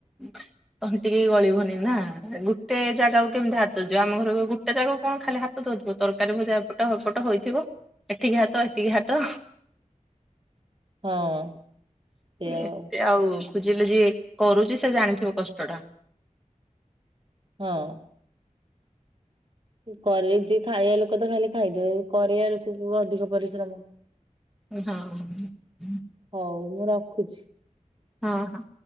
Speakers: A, in the centre; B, on the right.
A: ତହଣ୍ଟିିକି ଗଳିବନି ନା, ଗୋଟେ ଜାଗାକୁ କେମିତି ହାତ ଯିବ, ଆମ ଘର ଲୋ ଏଟେ ଯାକକୁ କଣ ଖାଲି ହାତ ଦଉଥିବ, ତରକାରୀ ଭଜା ଏପଟ ହଇପଟ ହେଇଥିବ ଏଠିକି ହାତ ଏଠିକି ହାତ
B: ହଁ ସେୟ ଆଉ।
A: ଏତେ ଆଉ ଖୋଜିଲେ ଯିଏ କରୁଛି ସେ ଜାଣିଥିବ କଷ୍ଟ ଟା।
B: ହଁ। କରିବି ଯିଏ ଖାଇବା ଲୋକ ତ ଖାଲି ଖାଇଦେବେ, କରିବା ଲୋକକୁ ଅଧିକ ପରିଶ୍ରମ।
A: ହଁ।
B: ହଉ ମୁଁ ରଖୁଛି।
A: ହଁ ହଁ।